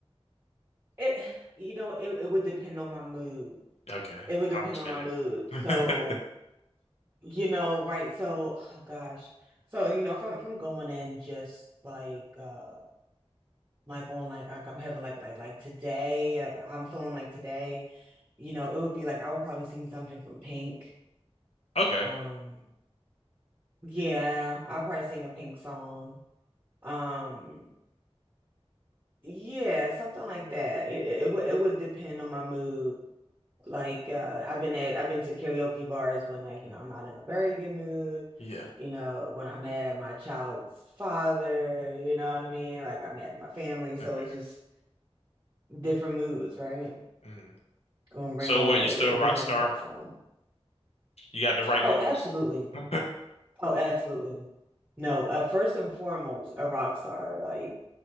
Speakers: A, on the right; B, on the left.
A: It, you know, it, it would depend on my mood.
B: Okay.
A: It would depend
B: I understand
A: on my
B: that.
A: mood. So,
B: <laughs>
A: you know, right. So, oh gosh. So, you know, if I'm if I'm going in just like uh like on like like I'm having like like like today, like how I'm feeling like today, you know, it would be like I would probably sing something from Pink.
B: Okay.
A: Um, yeah, I'll probably sing a Pink song. Um, yeah, something like that. It it would it would depend on my mood. Like uh I've been at I've been to karaoke bars when like, you
B: Mm.
A: know, I'm not in a very good mood.
B: Yeah.
A: You know, when I'm mad at my child's father, you know what I mean? Like I'm mad at my family, so
B: Okay.
A: it's just different moods, right?
B: Mm.
A: Gonna bring
B: So
A: on
B: what, you
A: a
B: are still a
A: different
B: rock star?
A: type of song.
B: You got the right moves?
A: Oh, absolutely.
B: <laughs>
A: Oh, absolutely. No, uh, first and foremost, a rock star. Like,